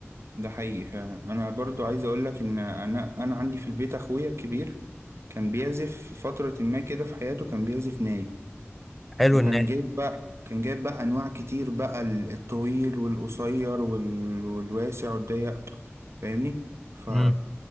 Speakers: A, on the right; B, in the centre.
A: ده حقيقي فعلا انا برضه عايز اقول لك ان انا انا عندي في البيت اخويا الكبير كان بيعزف في فترة ما كده في حياته كان بيعزف ناي
B: حلو
A: وكان
B: إن
A: جايب بقى كان جايب بقى انواع كتير بقى ال- الطويل والقصير وال- والواسع والضيق فاهمني ف
B: مم.